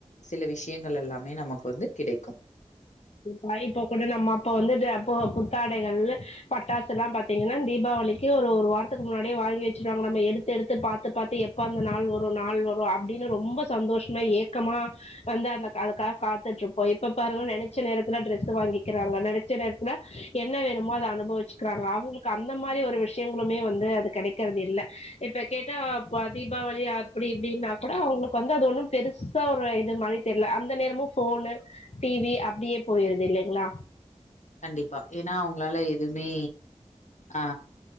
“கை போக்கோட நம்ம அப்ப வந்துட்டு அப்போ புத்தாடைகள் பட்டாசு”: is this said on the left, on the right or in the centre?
Left